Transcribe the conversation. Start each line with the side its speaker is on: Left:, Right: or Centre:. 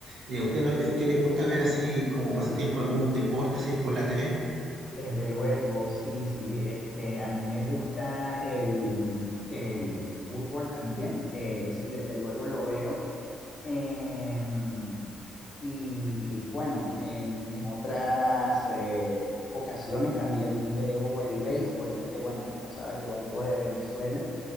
Right: ¿Y a usted no le, qué le gusta ver así como pasatiempo
Left: Mm,
Right: algún
Left: mm,
Right: deporte así por
Left: Sí,
Right: la TV?
Left: Desde luego, sí, sí. Este, a mí me gusta el, el fútbol también. eh, sí, desde luego lo veo. em, y bueno, en, en otras eh, ocasiones también veo el béisbol, ya que, bueno, como sabes, yo vengo de Venezuela.